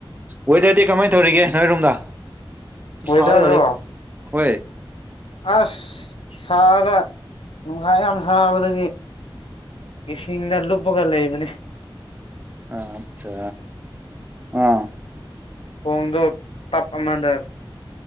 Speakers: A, on the right; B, on the left.
A: ꯋꯦꯗꯔꯗꯤ ꯀꯃꯥꯏꯅ ꯇꯧꯔꯤꯒꯦ ꯅꯣꯏꯔꯣꯝꯗ
B: ꯋ‌ꯦꯗꯔꯔꯣ
A: ꯁꯥꯔꯒ ꯂꯩ ꯍꯣꯏ
B: ꯑꯁ ꯁꯥꯔꯒ ꯅꯨꯡꯁꯥ ꯌꯥꯝ ꯁꯥꯕꯗꯒꯤ ꯏꯁꯤꯡꯗ ꯂꯨꯞꯄꯒ ꯂꯩꯕꯅꯤ
A: ꯑ ꯑꯆꯥ ꯑꯥ
B: ꯈꯣꯡꯗꯣ ꯇꯞ ꯑꯃꯗ